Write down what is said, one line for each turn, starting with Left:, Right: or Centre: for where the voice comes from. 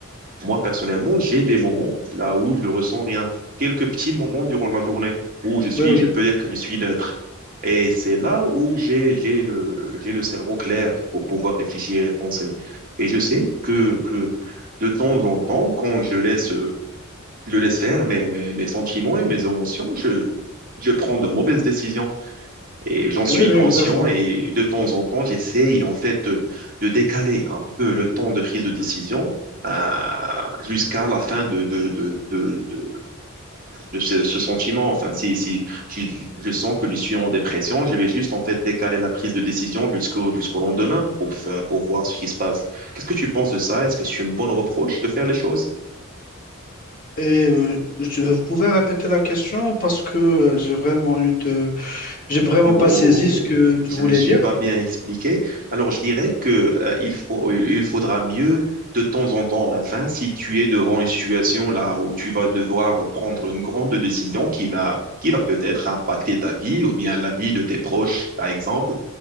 Right: moi, personnellement, j'ai des moments là où je ressens rien. Quelques petits moments durant la journée où je suis,
Left: ouais, oui,
Right: je peux dire que je suis neutre. Et c'est là où j'ai, j'ai le, j'ai le cerveau clair pour pouvoir réfléchir et penser. Et je sais que, que de temps en temps, quand je laisse euh, je laisse faire mes, mes, mes sentiments et mes émotions. Je, je prends de mauvaises décisions et j'en suis
Left: oui, oui,
Right: conscient
Left: exactement.
Right: et de temps en temps, j'essaye en fait de, de décaler un peu le temps de prise de décision euh, jusqu'à la fin de, de, de, de, de, de ce, ce sentiment. Enfin, si, si, si je sens que je suis en dépression, je vais juste en fait décaler la prise de décision jusqu'au jusqu'au lendemain pour, fa- pour voir ce qui se passe. Qu'est-ce que tu penses de ça? Est-ce que c'est une bonne reproche de faire les choses?
Left: Et euh, je- vous pouvez répéter la question parce que euh, j'ai vraiment eu de, j'ai vraiment
Right: ou-
Left: pas saisi ce que tu
Right: je
Left: voulais
Right: me suis
Left: dire.
Right: pas bien expliqué. Alors je dirais que euh, il faut, il il faudra mieux de temps en temps, enfin, si tu es devant une situation là où tu vas devoir prendre une grande décision qui va qui va peut-être impacter ta vie ou bien la vie de tes proches, par exemple.